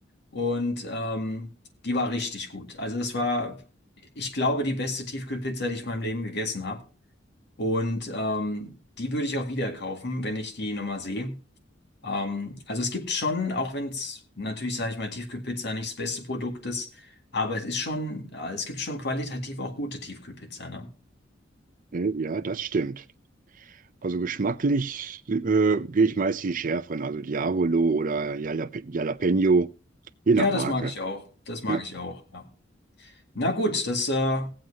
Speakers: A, on the left; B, on the right.
A: Und ähm, die war richtig gut. Also das war, ich glaube, die beste Tiefkühlpizza, die ich in meinem Leben gegessen habe. Und ähm, die würde ich auch wieder kaufen, wenn ich die nochmal sehe. Ähm, also es gibt schon, auch wenn es natürlich, sage ich mal, Tiefkühlpizza nicht das beste Produkt ist, aber es ist schon, ja, es gibt schon qualitativ auch gute Tiefkühlpizza, ne?
B: Äh, ja, das stimmt. Also geschmacklich äh, gehe ich meist die schärferen, also Diavolo oder Jalap Jalapeno, je
A: Ja,
B: nach Marke.
A: das mag ich auch. Das mag
B: ja.
A: ich auch. Ja. Na gut, das äh, war